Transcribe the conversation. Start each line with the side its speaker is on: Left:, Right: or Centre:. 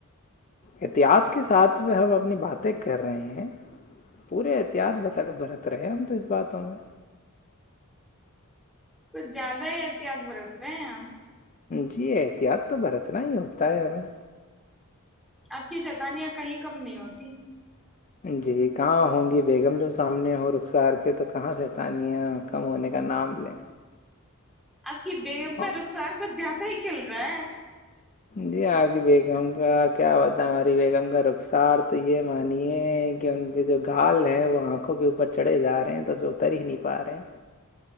Left: احتیاط کے ساتھ میں ہم اپنی باتیں کر رہے ہیں پورے احتیاط برت رہے ہیں ہم تو اس باتوں میں
Centre: کچھ زیادہ ہی احتیاط برت رہے ہیں آپ <unintelligible>
Left: جی احتیاط تو برتنا ہی ہوتا ہے ہمیں
Centre: آپ کی شیتانیاں کہیں کم نہیں ہوتی
Left: جی کہاں ہوں گی بیگم جب سامنے ہو رخسار کے تو کہاں شیطانیہں کم ہونے کا نام لیں
Centre: کہ بیگم کا
Left: اور
Centre: رخسار کچھ جاتا ہی <unintelligible> چلرا
Left: جی آپ کی بیگم کا کیا ہوتا ہے ہماری بیگم کا رخسار تو یہ مانیے کہ ان کی جو گال ہے وہ آنکھوں کے اوپر چڑھے جا رہے ہیں تو جو اتر ہی نہیں پا رہے